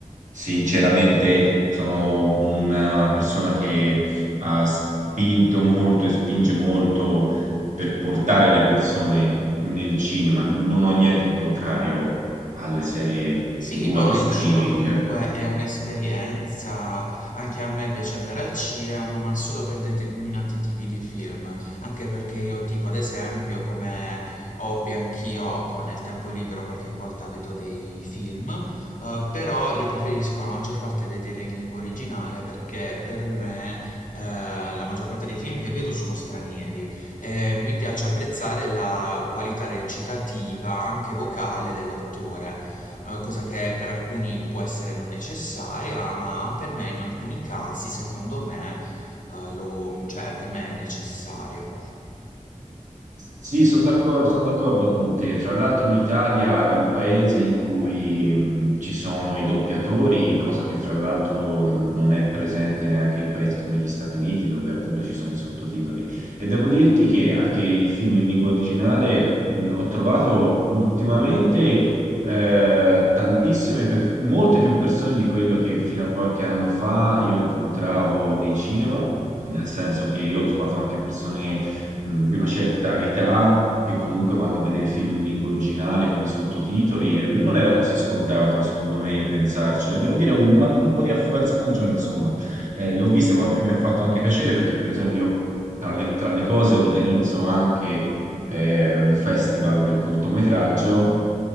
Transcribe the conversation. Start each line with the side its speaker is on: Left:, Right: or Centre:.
Right: sinceramente sono una persona che ha spinto molto e spinge molto per portare le persone nel cinema. Non ho niente in contrario alle serie
Left: Sì,
Right: TV,
Left: no,
Right: alle streaming,
Left: il cinema comunque è un'esperienza, anche a me piace andare al cinema, ma solo per determinati tipi di film, anche perché io tipo ad esempio come hobby anch'io eh, nel tempo libero qualche volta vedo dei film, eh, però li preferisco la maggior parte vedere in lingua originale perché per me eh, la maggior parte dei film che vedo sono stranieri. Eh, mi piace apprezzare la qualità recitativa, anche vocale, dell'attore, eh, cosa che per alcuni può essere non necessaria, ma per me in alcuni casi, secondo me, eh, lo- cioè, per me è necessario.
Right: Sì, sono d'accordo, sono d'accordo con te. Fra l'altro l'Italia è un paese in cui mh, ci sono i doppiatori, cosa che fra l'altro non è presente neanche in paesi come gli Stati Uniti, dove appunto ci sono i sottotitoli. E devo dirti che anche i film in lingua originale mh, ho trovato ultimamente eh, tantissime, per- molte più persone di quello che fino a qualche anno fa io incontravo nei cinema, nel senso che io ho trovato anche persone mh, di una certa età che comunque vanno a vedere film in lingua originale con i sottotitoli e non era così scontato, secondo me, pensarci. Devo dire, un, ma- un po' di affluenza maggiore, insomma, Eh, l'ho vista, ma mi ha fatto anche piacere perché, per esempio, io tra le, tra le cose organizzo anche eh, un festival del cortometraggio